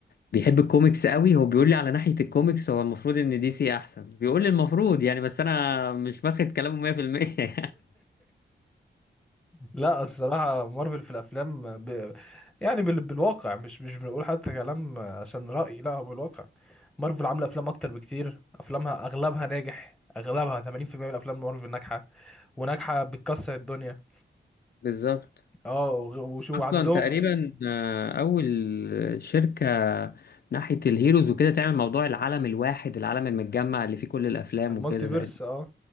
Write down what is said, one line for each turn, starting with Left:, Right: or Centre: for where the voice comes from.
Left: بيحب الكوميكس قوي هو بيقول لي على ناحية الكوميكس هو المفروض ان دي سي احسن بيقول لي المفروض يعني بس انا مش باخد كلامه 100% <laughs> يعني
Centre: لا الصراحه مارفل في الافلام ب... يعني بال... بالواقع مش مش بنقول حتى كلام عشان راي لا هو بالواقع مارفل عامله افلام اكتر بكتير افلامها اغلبها ناجح اغلبها 80% من افلام مارفل ناجحه وناجحه بتكسر الدنيا
Left: بالظبط
Centre: اه وغ- وشو
Left: اصلا
Centre: عندهم
Left: تقريبا آه، اول شركة ناحية الهيروز وكده تعمل موضوع العالم الواحد العالم المتجمع اللي فيه كل الافلام
Centre: المالتي
Left: وكده
Centre: فيرس
Left: تقريبا
Centre: اه